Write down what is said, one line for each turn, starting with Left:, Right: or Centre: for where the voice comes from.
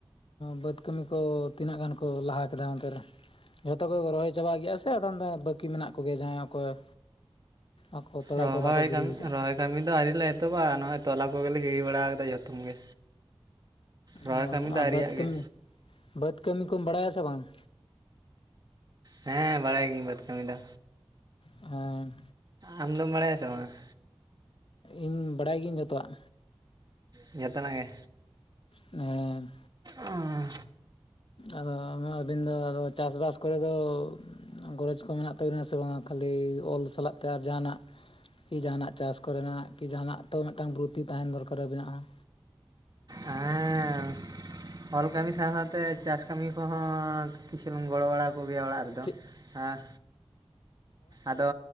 Left: ᱵᱟᱹᱫᱽ ᱠᱟᱹᱢᱤ ᱠᱚ ᱛᱤᱱᱟᱹᱜ ᱜᱟᱱ ᱠᱚ ᱞᱟᱦᱟ ᱠᱮᱫᱟ ᱚᱱᱛᱮ ᱨᱮ? ᱡᱷᱚᱛᱚ ᱠᱚᱠᱚ ᱨᱚᱦᱚᱭ ᱪᱟᱵᱟ ᱜᱮᱭᱟ ᱥᱮ ᱟᱫᱚᱢ ᱫᱚ ᱵᱟᱹᱠᱤ ᱢᱮᱱᱟᱜ ᱠᱚᱜᱮ ᱡᱟᱦᱟᱸᱭ ᱚᱠᱚᱭ? ᱟᱠᱚ ᱛᱚᱲᱟ
Right: ᱨᱚᱦᱚᱭ
Left: ᱠᱚ ᱵᱟᱠᱚ ᱜᱤᱰᱤ
Right: ᱠᱟᱹᱢᱤ
Left: ᱟᱠᱟᱜᱼᱟ᱾
Right: ᱨᱚᱦᱚᱭ ᱠᱟᱹᱢᱤ ᱫᱚ ᱟᱹᱣᱨᱤ ᱞᱮ ᱮᱛᱚᱦᱚᱵᱟ ᱱᱚᱜᱼᱚᱭ ᱛᱚᱞᱟ ᱠᱚᱜᱮ ᱞᱮ ᱜᱤᱲᱤ ᱵᱟᱲᱟ ᱟᱠᱟᱫᱟ ᱡᱚᱛᱚᱢ ᱜᱮ᱾ ᱨᱚᱦᱚᱭ
Left: ᱚ
Right: ᱠᱟᱹᱢᱤ ᱫᱚ
Left: ᱟᱨ
Right: ᱟᱹᱣᱨᱤᱭᱟᱜ
Left: ᱵᱟᱹᱫᱽ ᱠᱟᱹᱢᱤ
Right: ᱜᱮ
Left: ᱵᱟᱹᱫᱽ ᱠᱟᱹᱢᱤ ᱠᱚᱢ ᱵᱟᱲᱟᱭᱟ ᱥᱮ ᱵᱟᱝᱟ?
Right: ᱦᱮᱸ ᱵᱟᱲᱟᱭ ᱜᱤᱭᱟᱹᱧ ᱵᱟᱫᱽ ᱠᱟᱹᱢᱤ ᱫᱚ᱾
Left: ᱦᱮᱸ
Right: ᱟᱢᱫᱚᱢ ᱵᱟᱲᱟᱭᱟ ᱥᱮ ᱵᱟᱝᱟ?
Left: ᱤᱧ ᱵᱟᱰᱟᱭ ᱜᱤᱭᱟᱹᱧ ᱡᱚᱛᱚᱣᱟᱜ᱾
Right: ᱡᱚᱛᱚᱱᱟᱜ ᱜᱮ,
Left: ᱦᱮᱸ,
Right: ᱟᱸᱻ
Left: ᱟᱨᱚ ᱟᱫᱚ ᱟᱹᱵᱤᱱ ᱫᱚ ᱟᱫᱚ ᱪᱟᱥᱵᱟᱥ ᱠᱚᱨᱮ ᱫᱚ, ᱜᱚᱨᱚᱡᱽ ᱠᱚ ᱢᱮᱱᱟᱜ ᱛᱟᱵᱤᱱᱟ ᱥᱮ ᱵᱟᱝᱟ ᱠᱷᱟᱹᱞᱤ ᱚᱞ ᱥᱟᱞᱟᱜ ᱛᱮ ᱟᱨ ᱡᱟᱦᱟᱸᱱᱟᱜ ᱠᱤ ᱡᱟᱦᱟᱸᱱᱟᱜ ᱪᱟᱥ ᱠᱚ ᱨᱮᱱᱟᱜ ᱠᱤ ᱡᱟᱦᱟᱸᱱᱟᱜ ᱛᱚ ᱢᱤᱫᱴᱟᱝ ᱵᱨᱩᱛᱤ ᱛᱟᱦᱮᱸᱱ ᱫᱚᱨᱠᱟᱨ ᱟᱹᱵᱤᱱᱟᱜ ᱦᱚᱸ,
Right: ᱦᱮᱸᱻ᱾ ᱚᱞ ᱠᱟᱹᱢᱤ ᱥᱟᱶ ᱥᱟᱶᱛᱮ ᱪᱟᱥ ᱠᱟᱹᱢᱤ ᱠᱚᱦᱚᱸ ᱠᱤᱪᱷᱩ ᱞᱤᱧ ᱜᱚᱲᱚ ᱵᱟᱲᱟ ᱠᱚ ᱜᱮᱭᱟ ᱚᱲᱟᱜ ᱨᱮᱫᱚ,
Left: ᱪᱮᱫ
Right: ᱦᱚᱸ᱾ ᱟᱫᱚ